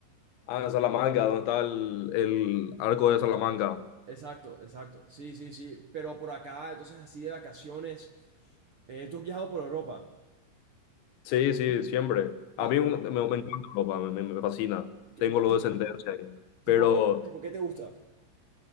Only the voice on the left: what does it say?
Ah, en Salamanca, donde está el, el arco de Salamanca.
Sí, sí, siempre.
A mí
un- me, me encanta Europa, me, me- me fascina.
Tengo
lo
de sentencia ahí.
Pero...